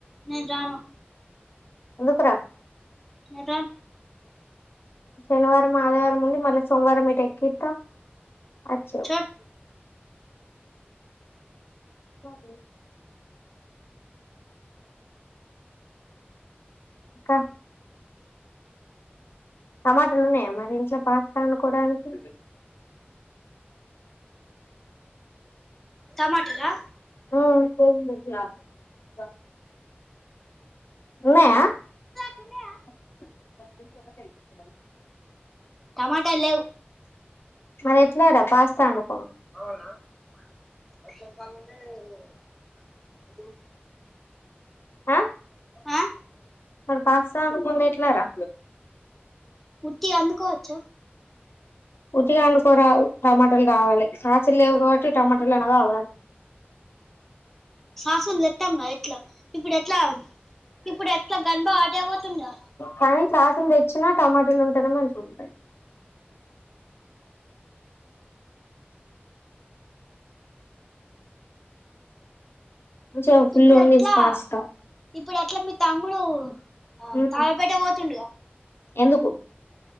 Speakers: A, in the centre; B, on the left.
A: నేన్ రాను
B: ఎందుకురా
A: నేన్ రాన్
B: శనివారం ఆదివారం ఉండి మళ్ళీ సోమవారం ఇటు ఎక్కిత్త. అచ్చవ్
A: చోట్
B: <inaudible> ఇకా టమాటాలు ఉన్నాయా మరి ఇంట్లో పాస్తా వండుకోవడానికి.
A: టమాటలా
B: ఉమ్ ఉన్నాయా
A: తునాయా
B: <inaudible>
A: టమాటాలు లేవ్
B: మరి ఎట్లా రా పాస్తా వండక్
A: <inaudible>
B: ఆ
A: ఆ
B: మరి పాస్తా వండుకునేది ఎట్లా రా
A: ఉట్టిగా అందుకోవచ్చా
B: ఉటిగా వండుకోరాదు టమాటాలు కావాలి సాసలు లేవు కాబట్టి టమాటాలు అన కావాలి
A: సాసులు తెత్తాం కదా ఎట్లా ఇప్పుడు ఎట్లా ఇప్పుడు ఎట్లా గన్బ అటే పోతుండుగా
B: కానీ సాసులు తెచ్చినా టమాటోలు ఉంటెనే మంచి ఉంటది మంచిగా ఫుల్
A: ఇప్పుడు
B: ఉంది
A: ఎట్లా
B: పాస్తా
A: ఇప్పుడు ఎట్లా మీ తమ్ముడు ఆ
B: ఉమ్
A: తాళాపేట పోతుండగా
B: ఎందుకు